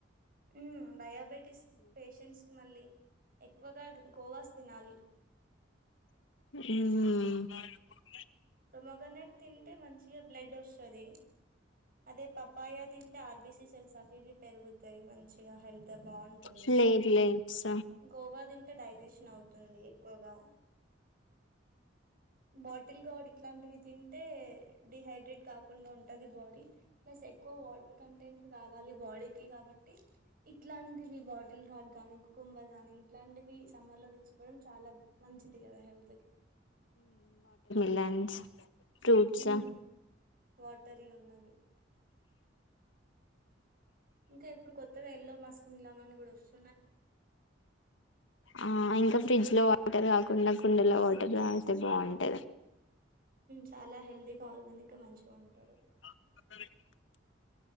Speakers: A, on the right (about 50°); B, on the left (about 80°).
A: ఉ డయాబెటిస్ పషెంట్స్ మళ్ళీ ఎక్కువగా గోవాస్ తినాలి
B: ఉ
A: పొమగనేట్ తింటే మంచిగా బ్లడ్ ఒస్తది అదే పప్పాయ తింటే ఆర్బీసి సెల్స్ అవి ఇవి పెరుగుతయి మంచిగా హెల్త్ బాగుంటుంది
B: ప్లేట్లెట్స్
A: గోవా తింట డైజెషన్ అవుతుంది ఎక్కువగా బాటిల్గాడ్ ఇట్లాంటివి తిన్ టే డిహైడ్రేట్ కాకుండా ఉంటది బాడీ ప్లస్ ఎక్కువ వాటర్ కంటెంట్ కావాలి బాడీకి కాబట్టి ఇట్లాంటివి బాటిల్గార్డ్ గానీ కుకుంబర్ గానీ ఇట్లాంటివి సమ్మర్ లో తీసుకోవడం చాలా మంచిది కదా హెల్త్ కి
B: వేన్స్ ఫ్రూట్స్
A: ఉమ్ వాటరీ ఉన్నవి ఇంకా ఇప్పుడు ఎల్లో మస్క్మిలాన్ అని కూడా వస్తు
B: ఆ ఇంకా ఫ్రెంన్డ్స్ లో వాటర్ కాకుండా కుండలో వాటర్ తగితే బావుంటది
A: చాలా హెల్దీగా ఆర్గానిక్గా మంచిగా ఉంటారు
B: <unintelligible>